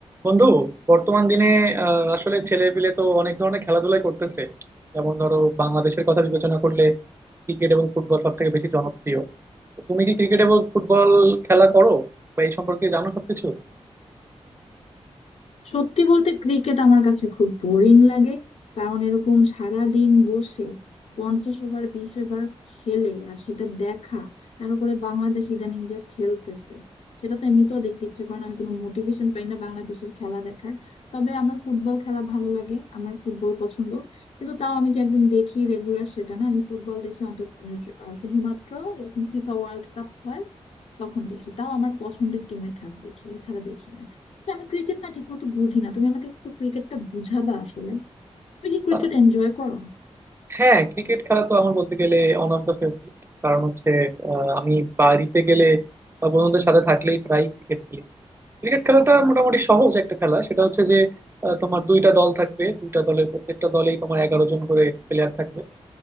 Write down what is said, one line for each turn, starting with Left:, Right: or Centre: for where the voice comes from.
Right: বন্ধু বর্তমান দিনে আহ, আসলে ছেলে পিলে তো অনেক ধরনের খেলাধুলাই করতেছে যেমন ধরো বাংলাদেশের কথা বিবেচনা করলে ক্রিকেট এবং ফুটবল সব থেকে বেশি জনপ্রিয় তো তুমি কি ক্রিকেট এবং ফুটবল খেলা করো বা এই সম্পর্কে জানো সবকিছু
Left: সত্যি বলতে ক্রিকেট আমার কাছে খুব বোরিং লাগে কারণ এরকম সারা দিন বসে পঞ্চাশ ওভার বিশ ওভার খেলে আর সেটা দেখা তার উপরে বাংলাদেশ ইদানিং যা খেলতেছে সেটা তো এমনিতেও দেখতে ইচ্ছে করে না আমি কোনো মোটিভেশন পাই না বাংলাদেশের খেলা দেখার তবে আমার ফুটবল খেলা ভালো লাগে আমার ফুটবল পছন্দ কিন্তু তাও আমি যে একদম দেখি রেগুলার সেটা না আমি ফুটবল দেখি অন্তত আহ, শুধুমাত্র এরকম ফিফা ওয়ার্ল্ড কাপ হয় তখন দেখি তাও আমার পছন্দের টিমের খেলা দেখি এছাড়া দেখি না তো আমি ক্রিকেট না ঠিক মতো বুঝি না তুমি আমাকে একটু ক্রিকেটটা বুঝাবা আসলে তুমি কি ক্রিকেট
Right: আহ,
Left: এনজয় করো
Right: হ্যাঁ ক্রিকেট খেলা তো আমার বলতে গেলে ওয়ান অফ দ্য ফেভারিট কারণ হচ্ছে আহ, আমি বাড়িতে গেলে বা বন্ধুদের সাথে থাকলেই প্রায় ক্রিকেট খেলি ক্রিকেট খেলাটা মোটামুটি সহজ একটা খেলা সেটা হচ্ছে যে আহ, তোমার দুইটা দল থাকবে দুইটা দলের প্রত্যেকটা দলেই তোমার এগারো জন করে প্লেয়ার থাকবে